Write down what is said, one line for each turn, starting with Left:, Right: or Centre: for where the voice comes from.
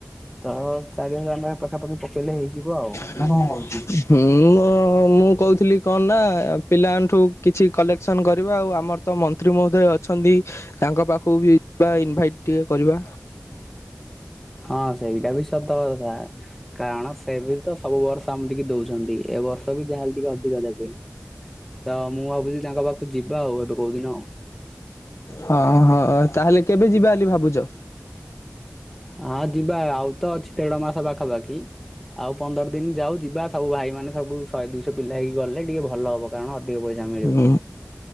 Centre: ତ ଚାରି ହଜାର ନାଖା ପାଖାପାଖି ପକେଇଲେ ହେଇଯିବ ଆଉ।
Left: ହଁ
Centre: ନା କଣ କହୁଛୁ?
Left: ମୁ ମୁଁ କୋହୁଥିଲି କଣ ନା ପିଲାମାନଙ୍କ ଠୁ କିଛି କଲେକ୍ସନ୍ କରିବା ଆଉ ଆମର ତ ମନ୍ତ୍ରୀ ମହୋଦୟ ଅଛନ୍ତି ତାଙ୍କ ପାଖକୁ ବି ବା ଇନଭାଇଟ୍ ଟିକେ କରିବା।
Centre: ହଁ ସେଇଟା ବି ସତ କଥା କାରଣ ସେ ବି ତ ସବୁ ବର୍ଷ ଏମିତିକି ଦୋଉଚନ୍ତି ଏ ବର୍ଷ ତ ବି ଯାହାହେଲେ ବି ଟିକେ ଅଧିକ ଦେବେ ତ ମୁଁ ଭାବୁଛଚି ତାଙ୍କ ପାଖକୁ ଯିବା ଆଉ ଏବେ କୋଉଦିନ।
Left: ହଁ ହଁ ତାହେଲେ କେବେ ଯିବା ବୋଲି ଭାବୁଛ?
Centre: ହଁ ଯିବା ଆଉ ତ ଅଛି ତେଢ ମାସ ପାଖାପାଖି ଆଉ ପନ୍ଦର ଦିନ ଯାଉ ଯିବା ସବୁ ଭାଇ ମାନେ ସବୁ ଶହେ ଦୁଇଶହ ପିଲା ହେକି ଗଲେ ଟିକେ ଭଲ ହବ କାରଣଧିକ ପଇସା ମି
Left: ହୁଁ।